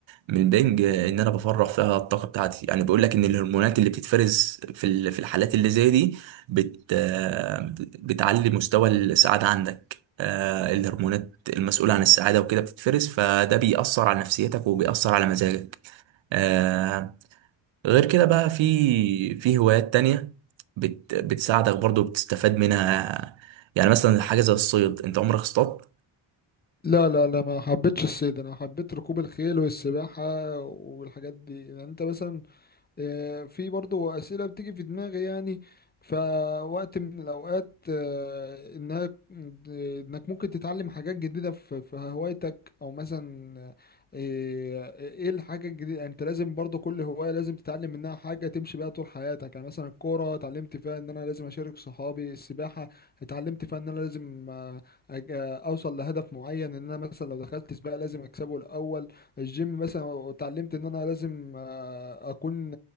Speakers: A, on the right; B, on the left.
A: من البنج آه، ان انا بفرغ فيها الطاقة بتاعتي يعني بيقول لك ان الهرمونات اللي بتتفرز في ال- في الحالات اللي زي دي بت آه، بتعلي مستوى السعادة عندك آه، الهرمونات المسؤولة عن السعادة وكده بتتفرز فده بيأثر على نفسيتك وبيأثر على مزاجك آه، غير كده بقى في في هوايات تانية بت بتساعدك برضو بتستفاد منها يعني مثلا حاجة زي الصيد انت عمرك اصطاد
B: لا لا لا ما حبيتش الصيد انا حبيت ركوب الخيل والسباحة والحاجات دي يعني انت مثلا آه، في برضو أسئلة بتيجي في دماغي يعني فوقت من الأوقات آه، إنك إنك ممكن تتعلم حاجات جديدة في في هوايتك أو مثلا آه، إيه الحاجة الجديدة يعني أنت لازم برضو كل هواية لازم تتعلم منها حاجة تمشي بيها طول حياتك يعني مثلا الكورة اتعلمت فيها إن أنا لازم أشارك صحابي السباحة اتعلمت فيها إن أنا لازم آه، أج- آه، أوصل لهدف معين إن أنا مثلا لو دخلت سباق لازم أكسبه الأول الجيم مثلا اتعلمت ان انا لازم آه، اكون